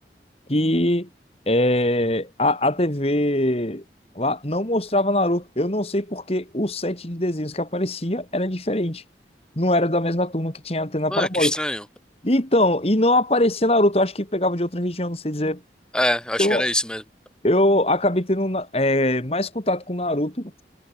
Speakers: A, on the left (about 35°); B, in the centre.
A: que é, a, a TV lá não mostrava Naruto. Eu não sei porque o set de desenhos que aparecia era diferente. Não era da mesma turma que tinha antena
B: Ah,
A: parabólica.
B: que estranho.
A: Então, e não aparecia Naruto. Eu acho que pegava de outra região, não sei dizer.
B: É, acho
A: Então,
B: que era isso mesmo.
A: eu acabei tendo na- é, mais contato com Naruto